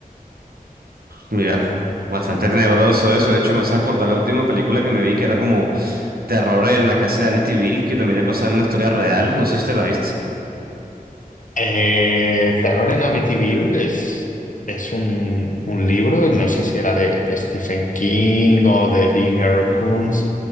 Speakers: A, on the right; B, on the left.
A: Mira, bastante tenebroso eso, de hecho me hace acordar la última película que me vi que era como terror en la casa de Bill, que también es basada en una historia real, no sé si te la viste.
B: Eh, Terror en Amityville es, es un, un libro, no sé si era de, de Stephen King o de Dean R. Kuntz,